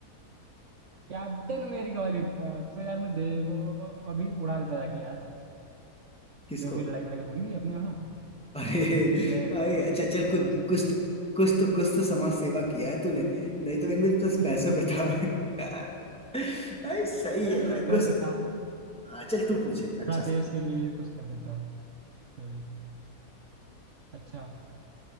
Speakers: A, on the right; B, in the centre.
A: कैप्टन अमेरिका वाली प- तो यार मैं दे अभी उड़ा देता जाके यार
B: किसको
A: जो भी लड़ाई वड़ाई हुई थी अपने यहाँ
B: अरे
A: अपने
B: भाई
A: पड़ोसी
B: अच्छा चल कुछ
A: पड़ोसी देश
B: कुछ
A: में।
B: तो कुछ तो कुछ तो समाज सेवा किया है तूने नहीं तो इनमें बस
A: <laughs>
B: पैसे बिता है भाई सही
A: मैं
B: है
A: सोचा
B: भाई कुछ
A: कर देता हूँ
B: हाँ, चल तू पूछे एक अच्छा
A: थोड़ा
B: सा
A: देश के लिए कुछ कर देता हूँ तभी अच्छा